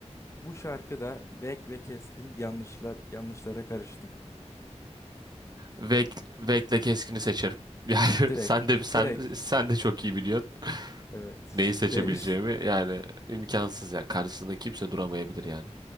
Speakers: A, on the left; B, on the right.
A: Bu şarkıda Vek ve Keskin yanlışlar yanlışlara karıştım.
B: Vek, Vek'le Keskin'i seçerim. <laughs> Yani
A: Direkt
B: sen de sen
A: direkt
B: sen de çok iyi biliyorsun.
A: evet
B: Neyi seçebileceğimi
A: ve üst
B: yani imkansız ya. Karşısında kimse duramayabilir yani.